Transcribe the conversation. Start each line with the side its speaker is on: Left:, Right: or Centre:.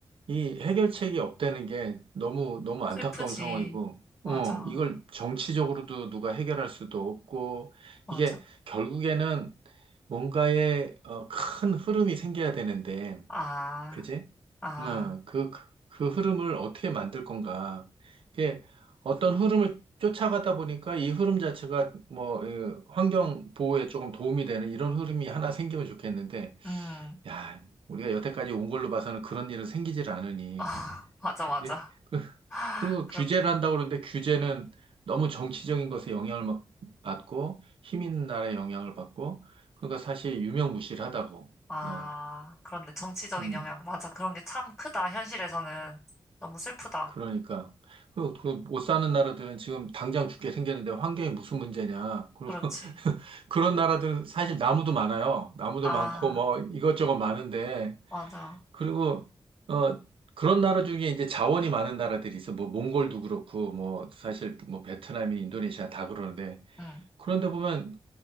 Right: 이 해결책이 없다는 게 너무, 너무 안타까운
Left: 슬프지.
Right: 상황이고,
Left: 맞아,
Right: 어, 이걸 정치적으로도 누가 해결할 수도 없고,
Left: 맞아.
Right: 이게 결국에는 뭔가의 어, 큰 흐름이 생겨야 되는데,
Left: 아,
Right: 그지?
Left: 아,
Right: 어, 그, 그, 그 흐름을 어떻게 만들 건가. 이게 어떤 흐름을 쫓아가다 보니까 이 흐름 자체가 뭐, 어, 환경 보호에 조금 도움이 되는 이런 흐름이 하나 생기면 좋겠는데,
Left: 음,
Right: 야, 우리가 여태까지 온 걸로 봐서는 그런 일은 생기질 않으니.
Left: 아, <laughs> 맞아, 맞아.
Right: 예. 그-
Left: 아,
Right: 그리고
Left: 그렇게,
Right: 규제를 한다고 그러는데 규제는 너무 정치적인 것에 영향을 막 받고 힘 있는 나라에 영향을 받고 그러니까 사실 유명무실하다고
Left: 아,
Right: 그냥
Left: 그런데 정치적인
Right: 음
Left: 영향, 맞아. 그런 게 참 크다, 현실에서는. 너무 슬프다.
Right: 그러니까 그리고 그못 사는 나라들은 지금 당장 죽게 생겼는데 환경이 무슨 문제냐 그리고
Left: 그렇지.
Right: <laughs> 그런 나라들은 사실 나무도 많아요 나무도
Left: 아,
Right: 많고 뭐 이것저것 많은데
Left: 맞아.
Right: 그리고 어 그런 나라 중에 이제 자원이 많은 나라들이 있어. 뭐 몽골도 그렇고 뭐 사실 뭐 베트남이 인도네시아 다 그러는데
Left: 응,
Right: 그런데 보면